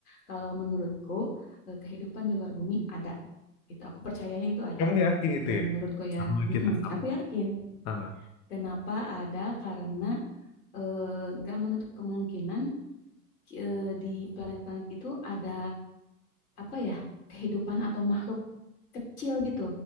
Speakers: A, on the left (about 75°); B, on the left (about 40°).
A: Kalau menurutku, eh, kehidupan di luar bumi ada. Itu aku percayanya itu ada.
B: Kamu yakin itu
A: Eh,
B: ya?
A: menurutku ya,
B: Sama
A: Mm-mm.
B: kita sama.
A: Aku yakin.
B: Sama.
A: Kenapa ada? Karena eh, nggak menutup kemungkinan eh, di planet-planet itu ada apa ya kehidupan atau makhluk kecil gitu